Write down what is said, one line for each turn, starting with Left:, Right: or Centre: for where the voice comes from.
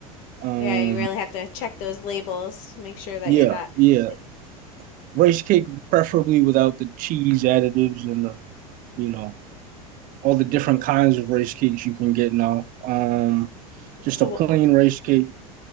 Right: Um,
Left: Yeah, you really have to check those labels, make sure that
Right: yeah,
Left: you're not
Right: yeah.
Left: eh,
Right: Rice cake preferably without the cheese additives and the, you know, all the different kinds of rice cakes you can get now. Um, just
Left: so
Right: a plain rice cake.